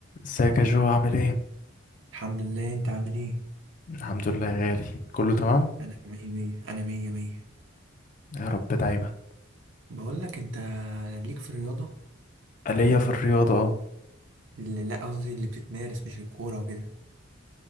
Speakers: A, on the left (about 40°); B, on the right (about 65°).
A: ازيك يا جو عامل ايه؟
B: الحمد لله انت عامل ايه
A: الحمد لله يا غالي كله تمام؟
B: انا مية مية انا مية مية
A: يا رب دايما
B: بقول لك انت ليك في الرياضة
A: ليا في الرياضة اه
B: اللي لا قصدي اللي بتتمارس مش الكورة وكده